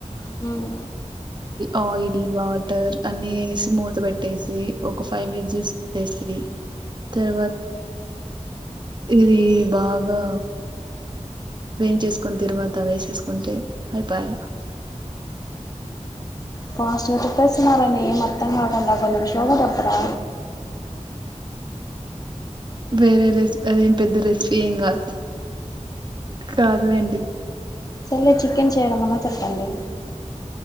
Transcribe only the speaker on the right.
ఆయిల్ వాట్ వాటర్ అన్ని వేసి మూత పెట్టేసి, ఒక ఫైవ్ ఇసీల్ పెట్టేసి తర్వాత ఇది బాగా ఏం చేసుకుని తర్వాత వేసేసుకుంటే అయిపాయ
వేరే రెసి అదేం పెద్ద రెసిపీ ఏం కాదు కాదులేండి